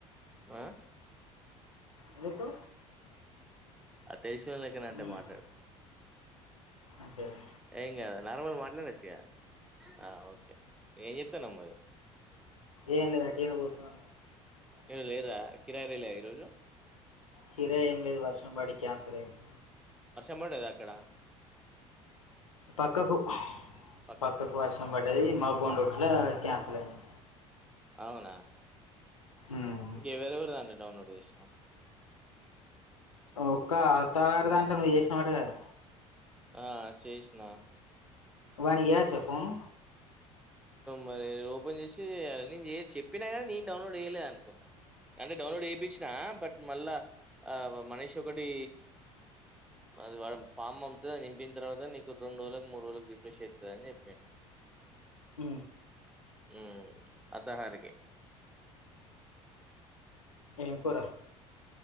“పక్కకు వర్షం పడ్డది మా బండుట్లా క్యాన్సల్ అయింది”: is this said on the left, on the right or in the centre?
Left